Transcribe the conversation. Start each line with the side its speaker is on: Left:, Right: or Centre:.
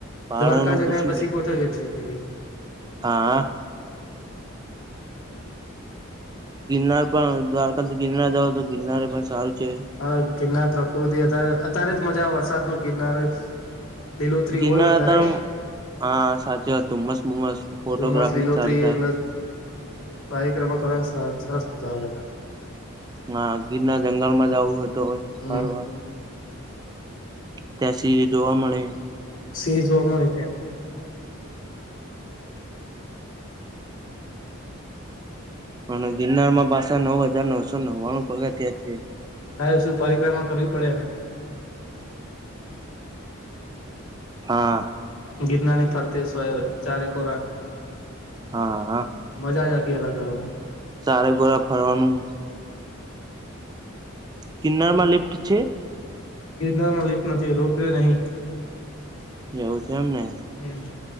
Right: ભાડા
Left: દ્વારકા
Right: નું પૂછી
Left: જ પછી
Right: દે
Left: ગોઠવી ટ્રીપ ની
Right: હા ગિરનાર પણ દ્વારકાથી ગિરનાર જાવ તો ગિરનાર પણ સારું છે.
Left: હ ગિરનાર પ્રકૃતિ અત્યારે અત્યારે જ મજા વરસાદ ન ગિરનાર લીલોતરી
Right: ગીરનાર
Left: હોય વધારે
Right: હતા હા સાચી વાત મસ્ત મસ્ત ફોટોગ્રાફી
Left: ધુમ્મસ લીલોત્રી
Right: સારું થાય
Left: એટલે પારિક્રમ કરવાની સરસ મજા આવે તા
Right: હા ગીર ના જંગલ માં જવું હતો હોય
Left: હમ
Right: ફરવા ત્યાં સિંહ એ જોવા મળે
Left: સિહ જોવા મળે ત્યાં
Right: અને ગિરનારમાં પાસા નવ હજાર નવસો નવ્વાણું પગથયા છે.
Left: હા શું પરિક્રમા કરવી પડેને
Right: હા
Left: ગિરનાની ફરતી સ હો ચારેકોરા.
Right: હા
Left: મજા જ આખી અલગ હ
Right: ચારે ગોળા ફરવાનું ગિરનાર માં લિફ્ટ છે?
Left: ગિરનાર માં લીપ નથી રોપ વે નહી.
Right: જવું છે એમને
Left: નહીં